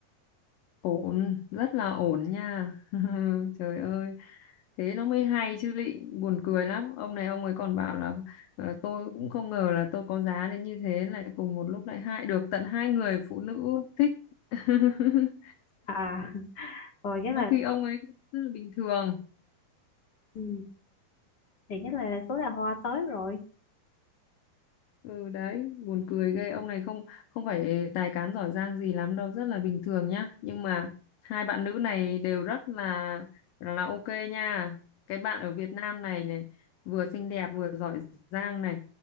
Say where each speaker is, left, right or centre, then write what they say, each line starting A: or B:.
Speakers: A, on the left; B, on the left.
A: ổn, rất là ổn nha. <laughs> Trời ơi, thế nó mới hay chứ lị, buồn cười lắm. Ông này ông ấy còn bảo là ờ, tôi cũng không ngờ là tôi có giá đến như thế lại cùng một lúc lại hại được tận hai người phụ nữ thích. <laughs>
B: À, <laughs> rồi chắc
A: Trong
B: là
A: khi ông ấy rất là bình thường.
B: ừ, thì chắc là số đào hoa tới rồi.
A: ừ đấy buồn cười ghê ông này không không phải tài cán giỏi giang gì lắm đâu rất là bình thường nhá nhưng mà hai bạn nữ này đều rất là là, ok nha cái bạn ở Việt Nam này này vừa xinh đẹp vừa giỏi giang này